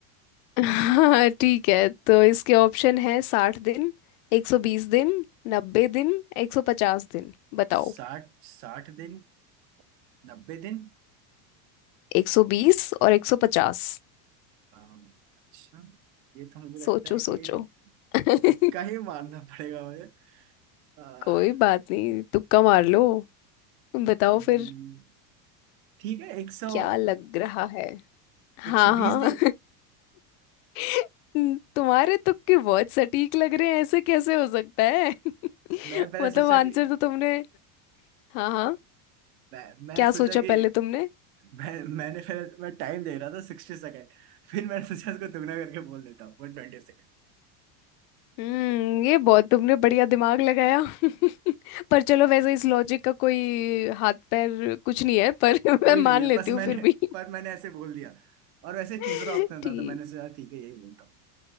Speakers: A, on the left; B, on the right.
A: <laughs> हाँ ठीक है तो इसके ऑप्शन है साठ दिन एक सौ बीस दिन नब्बे दिन एक सौ पचास दिन बताओ
B: साठ साठ दिन नब्बे दिन
A: एक सौ बीस और एक सौ पचास
B: अम, अच्छा ये तो मुझे लगता
A: सोचो
B: है कि
A: सोचो <laughs>
B: तुक्का ही मारना पड़ेगा मुझे आह,
A: कोई बात नहीं तुक्का मार लो बताओ
B: हम्म,
A: फिर
B: ठीक है एक सौ
A: क्या लग रहा है हाँ
B: एक सौ
A: हाँ
B: बीस दिन
A: <laughs> तुम्हारे तुक्के बहुत सटीक लग रहे हैं ऐसे कैसे हो सकता है <laughs>
B: मैं पहले
A: मतलब
B: सोचा
A: आंसर
B: कि
A: तो तुमने हाँ हाँ
B: मैं, मैं
A: क्या
B: सोचा
A: सोचा
B: कि
A: पहले तुमने
B: मैं मैंने पहले मैं टाइम दे रहा था सिक्सटी सेकेंड फिर मैंने सोचा इसको दुगना करके बोल देता हूँ 120 सेकेंड
A: हम्म ये बहुत तुमने बढ़िया दिमाग लगाया <laughs> पर चलो वैसे इस लॉजिक का कोई हाथ पैर कुछ नहीं है पर <laughs>
B: कोई
A: मैं
B: नहीं
A: मान
B: है
A: लेती
B: बस
A: हूँ
B: मैंने
A: फिर भी
B: पर मैंने ऐसे बोल दिया और वैसे
A: <laughs>
B: तीसरा ऑप्शन
A: ठीक
B: था तो मैंने सोचा ठीक है यही बोलता हूँ